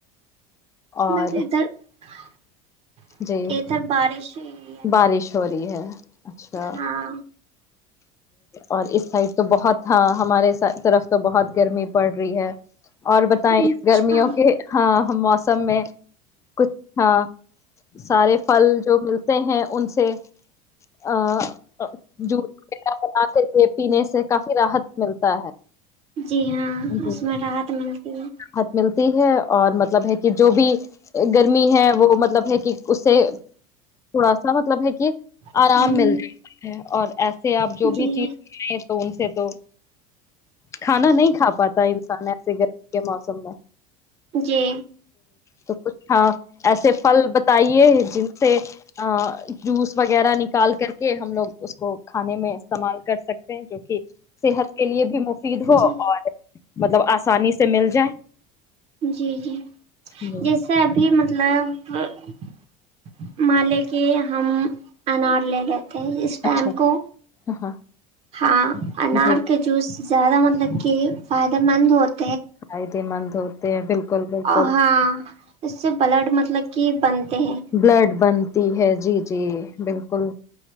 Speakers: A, on the right; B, on the left.
A: <unintelligible>
B: اور جی
A: ادھر بارش ہوئی ہے
B: بارش ہو رہی ہے اچھا
A: ہاں
B: اور اس سائڈ تو بہت ہاں ہمارے طرف تو بہت گرمی پڑ رہی ہے اور بتائیں
A: اچھا
B: گرمیوں کے ہاں موسم میں کچھ ہاں سارے پھل جو ملتے ہیں ان سے ا <unintelligible> <unintelligible> <unintelligible> بناتے تھے پینے سے کافی راحت <unintelligible> ملتا ہے
A: جی ہاں
B: جی
A: اس میں راحت ملتی ہے
B: راحت ملتی ہے اور مطلب ہے کہ جو بھی گرمی ہے وہ مطلب ہے کہ اس سے تھوڑا سا مطلب ہے کہ
A: جی
B: آرام ملتا ہے اور سے آپ جو بھی
A: جی
B: چیز لیں ان سے تو کھانا نہیں ک <unintelligible> کھا پاتا ہے انسان ایسے گرمی کے موسم میں
A: جی
B: تو کچھ ہاں ایسے پھل بتائیے جن سے ا جوس وغیرہ نکال کر کے ہم لوگ اس کو کھانے میں استعمال کر سکتے ہیں جو صحت کے لیے بھی مفید ہو
A: جی
B: اور مطلب آسانی سے مل جائے <unintelligible>
A: جی جی
B: جی
A: جیسے ابھی مب <unintelligible> ال <unintelligible> پ <unintelligible> مان لے کی ہم انار لے لیتے اس
B: اچھا
A: ٹائم کو
B: ہاں
A: ہاں انار
B: جی
A: کے جوس زیادہ مطلب کہ فائدے مند ہوتا
B: آئید من تے ہیں بالکل بالکل
A: اور ہاں اس سے بلڈ مطلب کہ بنتے ہیں
B: بلڈ بنتی ہے جی جی بالکل